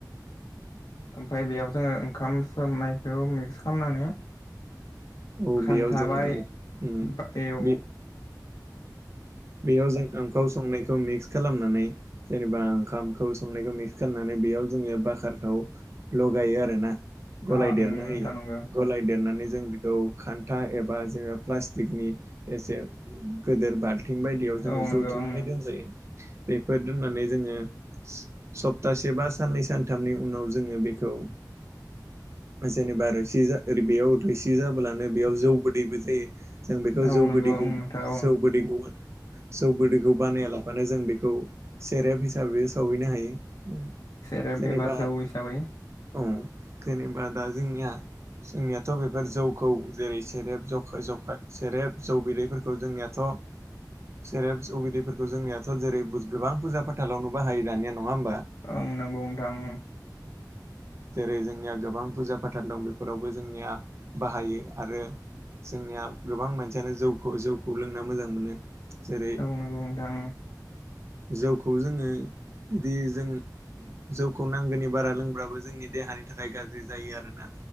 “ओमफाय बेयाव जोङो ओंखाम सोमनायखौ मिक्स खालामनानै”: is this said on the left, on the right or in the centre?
Left